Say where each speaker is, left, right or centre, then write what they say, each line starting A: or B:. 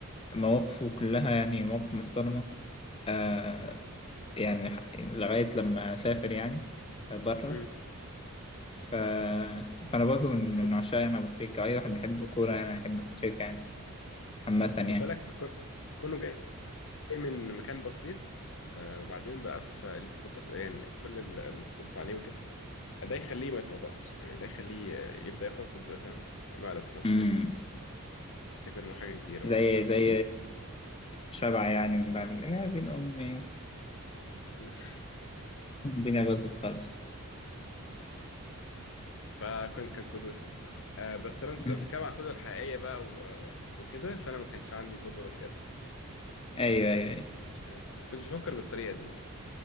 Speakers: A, on the left; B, on the left.
A: مواقفه كلها يعني مواقف محترمة آه، يعني ح- لغاية لما سافر يعني بره
B: امم
A: ف... فانا برضو من من
B: طب
A: عشاق يعني ابو تريكة اي واحد يحب
B: طب
A: الكورة يعني يحب ابو تريكة يعني عامة يعني
B: خد بالك ك- كونه جاي من مكان بسيط آه، وبعدين بقى في السبوتات يعني كل ال- السبوتس عليه وكده ده يخليه ما يتوضعش يعني ده يخليه آه، يبدأ ياخد فاهم مقلب في نفسه
A: امم
B: يعني افتكر انه حاجة كبيرة
A: زي
B: وبتاع
A: زي شبع يعني من بعد يا بين امي
B: <laughs>
A: الدنيا باظت خالص
B: فكان كان قدوتي آه، بس لو انت
A: <laughs>
B: لو بتتكلم عن القدوة الحقيقية بقى و- وكده فانا ما كانش عندي قدوة بجد
A: ايوه ايوه ايوه
B: مش عارف ما كنتش بفكر بالطريقة دي يعني.